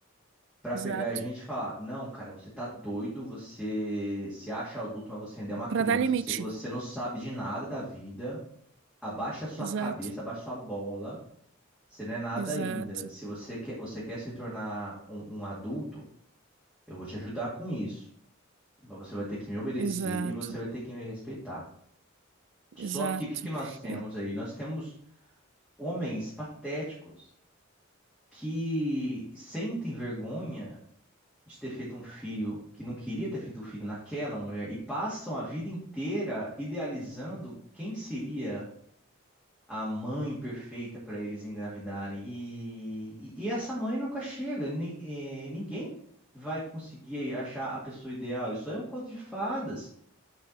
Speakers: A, in the centre; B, on the right.
A: para
B: exato,
A: pegar a gente e falar: Não, cara, você tá doido, você se acha adulto, mas você ainda é uma criança,
B: para dar limite,
A: você, você não sabe de nada da vida, abaixa a sua
B: exato,
A: cabeça, abaixa a sua bola, você não é nada
B: exato,
A: ainda. Se você quer, você quer se tornar um um adulto, eu vou te ajudar com isso. Mas você vai ter que me obedecer
B: exato,
A: e você vai ter que me respeitar. Só
B: exato.
A: que o que que nós temos
B: E-
A: aí? Nós temos homens patéticos que sentem vergonha de ter feito um filho, que não queria ter feito um filho naquela mulher, e passam a vida inteira idealizando quem seria a mãe perfeita para eles engravidarem. E, e- e essa mãe nunca chega, Ni- eh, ninguém vai conseguir achar a pessoa ideal. Isso aí é um conto de fadas.